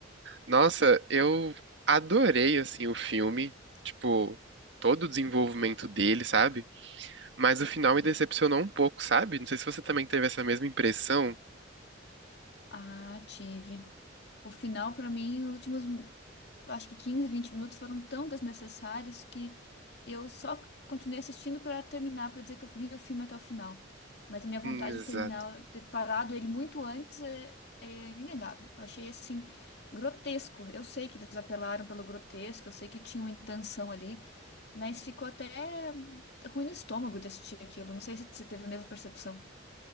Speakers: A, on the right (about 60°); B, on the left (about 55°).
A: Nossa, eu adorei, assim, o filme. Tipo, todo o desenvolvimento dele, sabe? Mas o final me decepcionou um pouco, sabe? Não sei se você também teve essa mesma impressão.
B: Ah, tive. O final, pra mim, os últimos, acho que 15, 20 minutos foram tão desnecessários que eu só continuei assistindo pra terminar, pra dizer que eu vi o filme até o final. Mas a minha vontade
A: Exato.
B: de terminar, ter parado ele muito antes é, é inegável. Eu achei assim grotesco. Eu sei que eles apelaram pelo grotesco, eu sei que tinha uma intenção ali, mas ficou até ruim no estômago de assistir aquilo. Não sei se você teve a mesma percepção.